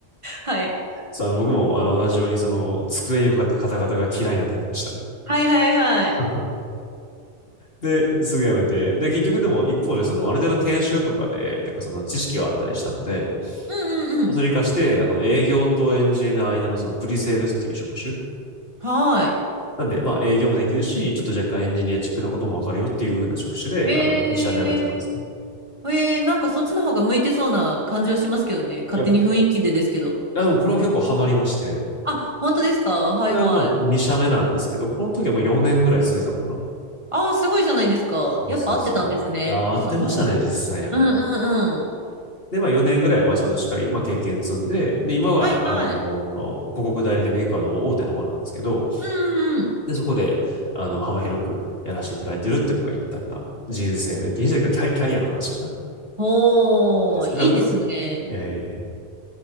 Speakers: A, on the right; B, on the left.
A: はい。
B: そう、あの、僕も、あの、同じように、その、机に向かってカタカタが嫌いなタイプでしたね。
A: はいはいはい。
B: <laughs> で、すぐやめて。で、結局でも、一方で、その、ある程度研修とかで、なんかその、知識はあったりしたので、
A: うんうんうん。
B: それに活かして、あの、営業とエンジニアの間のその、プリセールスっていう職種。
A: はい。
B: なんで、まあ、営業もできるし、ちょっと若干エンジニアチックなこともわかるよっていう風な職種で、
A: へえ。
B: あの、2社目をやってたんですね。
A: へえー、なんかそっちの方が向いてそうな感じはしますけどね。勝手に雰囲気でですけど。
B: いや、あ、でもこれは結構ハマりまして、
A: あ、本当ですかはいはい。
B: これはまあ2社目なんですけど、この時はもう4年ぐらい続いたのかな
A: ああ、すごいじゃないですか。
B: ですです。
A: やっぱ合ってたんですね。
B: いやー、合ってましたね、
A: その、
B: 実際やっぱ。
A: うんうんうん。
B: で、まあ4年ぐらい、まあちゃんとしっかり、まあ経験積んで、で、今は、
A: はいはい。
B: あのー広告代理店で結構あの、大手の方なんですけど、
A: うんうんうん。
B: で、そこで、あの、幅広くやらせていただいてるっていうのが一旦な人生で、人生かキャリキャリアの話かな。
A: ほー、
B: ですだねから僕、
A: いいですね。
B: え